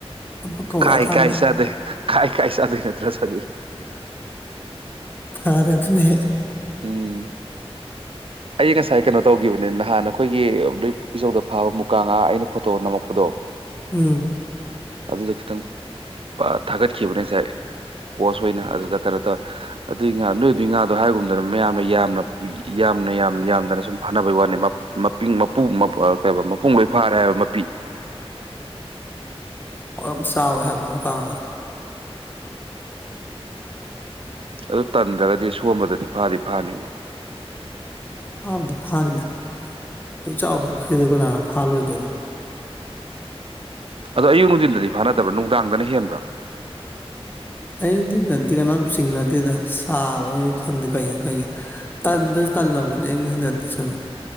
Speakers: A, on the left (about 20°); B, on the right (about 60°).
A: ꯊꯕꯛ ꯀꯧꯔꯛꯑꯀꯥꯟꯗ
B: ꯀꯥꯏ ꯀꯥꯏ ꯆꯗꯦ ꯀꯥꯏ ꯀꯥꯏ ꯆꯗ ꯅꯠꯇ꯭ꯔ ꯆ
A: ꯊꯔꯗꯅꯦ
B: ꯎꯝ ꯑꯩ ꯉꯁꯥꯏ ꯀꯩꯅꯣ ꯇꯧꯈꯤꯕꯅꯦ ꯅꯍꯥꯟ ꯑꯩꯈꯣꯏꯒꯤ ꯄꯨ ꯏꯆꯧꯗ ꯐꯥꯕ ꯃꯨꯀꯥ ꯉꯥ ꯑꯩꯅ ꯐꯣꯇꯣ ꯅꯝꯃꯛꯄꯗꯣ
A: ꯎꯝ
B: ꯑꯗꯨꯗꯣ ꯈꯤꯇꯪ ꯊꯥꯒꯠꯈꯤꯕꯅꯦ ꯉꯁꯥꯏ ꯄꯣꯁ ꯑꯣꯏꯅ ꯑꯗꯨꯗ ꯀꯩꯅꯣ ꯇꯧꯋ ꯑꯗꯨꯏ ꯉꯥ ꯅꯣꯏ ꯑꯗꯨ ꯉꯥ ꯑ ꯍꯥꯏꯒꯨꯝꯗꯅ ꯃꯌꯥꯝꯅ ꯌꯥꯝꯅ ꯌꯥꯝ ꯌꯥꯝ ꯌꯥꯝꯗꯅ ꯁꯨꯝ ꯐꯅꯕꯒꯤ ꯋꯥꯅꯤ ꯃꯄ ꯃꯄꯨ ꯀ ꯃꯄꯨꯡꯈꯩ ꯐꯥꯔꯦ ꯍꯥꯏꯕ ꯃꯄꯤ
A: ꯝ ꯆꯥꯎꯋꯦ ꯍꯥꯏꯕ ꯃꯀꯥꯥꯟ
B: ꯑꯗꯨ ꯇꯟꯗ꯭ꯔꯒꯗꯤ ꯁꯣꯝꯕꯗꯗꯤ ꯐꯥꯗꯤ ꯐꯥꯅꯤꯕꯣ
A: ꯑꯥꯕꯗꯤ ꯐꯥꯅꯤꯗ ꯑꯗꯨ ꯆꯥꯎꯕ ꯄꯨꯈꯤꯗꯦ ꯀꯅꯥꯅ ꯐꯥꯜꯂꯣꯏꯗꯣꯏꯅꯣ
B: ꯑꯗꯣ ꯑꯌꯨꯛ ꯅꯨꯡꯊꯤꯟꯗꯗꯤ ꯐꯥꯅꯗꯕ꯭ꯔꯥ ꯅꯨꯡꯗꯥꯡꯗꯅ ꯍꯦꯟꯕ꯭ꯔꯥ
A: ꯑꯌꯨꯊꯤꯟꯗꯗꯤ ꯀꯅꯥꯝ ꯆꯤꯡꯅꯗꯦꯗ ꯁꯥꯕꯣꯏ ꯈꯪꯗꯦ ꯀꯩꯅꯣ ꯀꯩ ꯇꯟꯕꯁꯨ ꯇꯜꯂꯝꯒꯅꯤ ꯑꯌꯨꯅꯨꯡꯊꯤꯟꯗꯗꯤ ꯁꯨꯝ